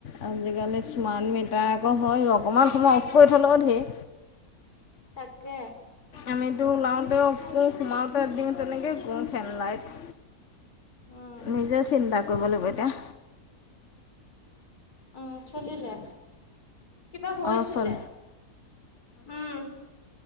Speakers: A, on the left; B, on the left.
A: আজিকালি স্মাৰ্ট মিটাৰ আকৌ হয় অকণমান সময় অফ কৰি থ'লেও ধেৰ।
B: তাকে।
A: আমিতো ওলাওঁতে অফ কৰোঁ সোমাওঁতে দিওঁ তেনেকেই কৰোঁ ফেনলাইট।
B: উম
A: নিজে চিন্তা কৰিব লাগিব এতিয়া।
B: উম, চলিলে। কিবা হৈছিলে,
A: অঁ চল
B: উম।